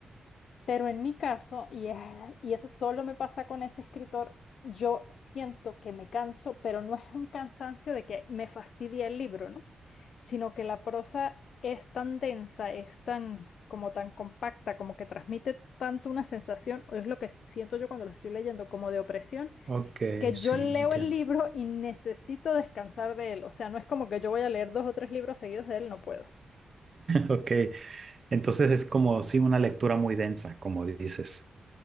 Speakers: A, on the left; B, on the right.
A: Pero en mi caso, y, es- y eso solo me pasa con ese escritor, yo siento que me canso, pero no es un cansancio de que me fastidia el libro, ¿no? Sino que la prosa es tan densa, es tan como tan compacta, como que transmite tanto una sensación, o es lo que siento yo cuando lo estoy leyendo, como de opresión,
B: Ok,
A: que
B: sí,
A: yo leo
B: entiendo.
A: el libro y necesito descansar de él. O sea, no es como que yo voy a leer dos o tres libros seguidos de él, no puedo.
B: Ok, entonces es como sí una lectura muy densa, como dices.